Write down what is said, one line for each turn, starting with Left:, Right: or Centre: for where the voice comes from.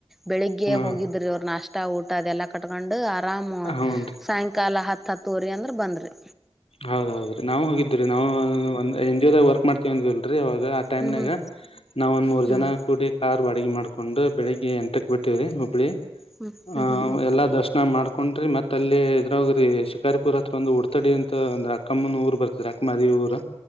Centre: ಬೆಳಿಗ್ಗೆ
Left: ಹ್ಮ
Centre: ಹೋಗಿದ್ರೆ ಅವರು ನಾಷ್ಟ ಇ ಊಟ ಅದೆಲ್ಲ ಕಕೊಂಡು ಆರಾಮ
Left: ಹನ್
Centre: ಸಾಯಂಕಾಲ ಹತ್ತು ಹತ್ತ ತಾವೋರಿ ಅಂದ್ರ ಬಂದ್ರರಿ
Left: ಹೌದೌದು ರಿ ನಾವು ಹೋಗಿದ್ರ ನಾವು ಎನ್ ಜಿದಾಗ ವರ್ಕ್ ಮಾಡ್ತೀವಿ ಅಂದ್ರೆ ಅಂತ ಇವಾಗ ಆ ಟೈಮ್ನಾಗ
Centre: ಹ್ಮ್ ಹ್ಮ್
Left: ನಾವ್ ಒಂದ್ ಮೂರ್
Centre: ಹ್ಮ್
Left: ಜನ
Centre: ಹ್ಮ್
Left: ಕೂಡಿ ಕಾರ್ ಅಡು ಮಾಡ್ಕೊಂಡು ಬೆಳಿಗ್ಗೆ ಎಂಟಕ್ ಬಿಟ್ಟವ್ರಿ ಹುಬ್ಬಳ್ಳಿ
Centre: ಹ್ಮ್
Left: ಹ
Centre: ಹ್ಮ್ ಹ್ಮ್
Left: ಎಲ್ಲಾ ದರ್ಶನ ಮಾಡ್ಕ ಕೊಂಡ್ರಿ ಮತ್ತ ಅಲ್ಲಿ ಇದ್ರ್ಗ ಶಿಕಾರಿಪುರ್ ಹತ್ರ ಒಂದು ಉಡ್ತಡಿ <unintelligible> ಒ ಅಕ್ಕಮ್ಮನ ಊರ್ ಬರ್ತದ ಅಕ್ಕಮ್ಮದಿ ಊರು